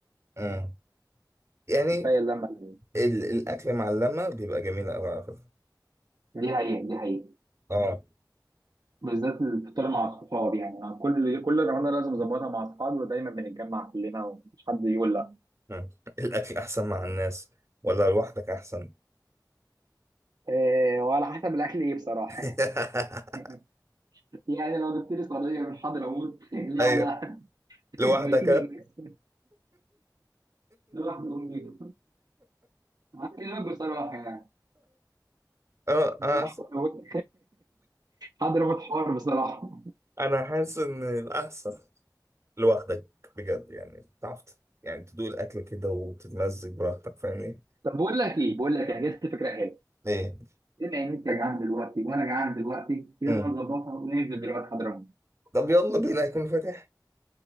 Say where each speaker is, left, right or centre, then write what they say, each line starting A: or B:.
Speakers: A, on the right (about 40°); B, on the right (about 65°).
A: أم. يعني
B: كفايه اللمه اللي
A: ال... الأكل مع اللمة بيبقى جميل أوي على فكرة
B: دي حقيقه دي حقيقه
A: آه
B: بالذات الفطار مع الصحاب يعني انا كل كل رمضان لازم اظبطها مع اصحابي ودايما بنتجمع كلنا ومش حد يقول لا
A: أم. الأكل أحسن مع الناس ولا لوحدك أحسن
B: إيه وعلى حسب الاكل ايه بصراحه
A: <laughs>
B: <laughs> يعني لو جبت لي صينيه من حضرموت <laughs> لا
A: أيوه
B: لا <laughs>
A: لوحدك
B: مدينة
A: <laughs>
B: الناس لوحده أقوم بيها هكلمك بصراحه يعني
A: آه
B: لا،
A: آه
B: لا، حضرموت حضرموت <laughs> حوار بصراحه
A: انا حاسس ان الاحسن لوحدك بجد يعني تعرف ت- يعني تدوق الاكل كده وتتمزج براحتك فاهمني
B: طب بقول لك ايه بقول لك إيه، جت فكره حلوه
A: ايه
B: بما ان انت جعان دلوقتي وانا جعان دلوقتي يلا
A: مم.
B: نظبطها وننزل دلوقتي حضرموت
A: طب يلا بينا هيكون فاتح